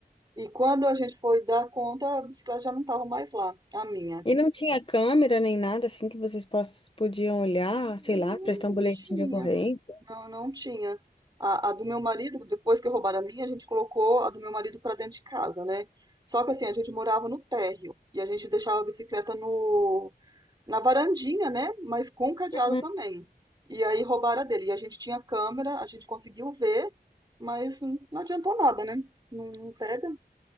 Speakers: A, on the right (about 25°); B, on the left (about 30°).
A: E quando a gente foi dar conta, a bicicleta já não estava mais lá, a minha.
B: E não tinha câmera nem nada assim que vocês poss- podiam olhar,
A: Não,
B: sei lá, prestar um
A: não
B: boletim
A: tinha.
B: de ocorrência.
A: Não, não tinha. A, a do meu marido, depois que roubaram a minha, a gente colocou a do meu marido pra dentro de casa, né? Só que assim, a gente morava no térreo e a gente deixava a bicicleta no, na varandinha, né? Mas com cadeado
B: Uhum.
A: também. E aí roubaram a dele. E a gente tinha câmera, a gente conseguiu ver, mas não adiantou nada, né? Não, não pega,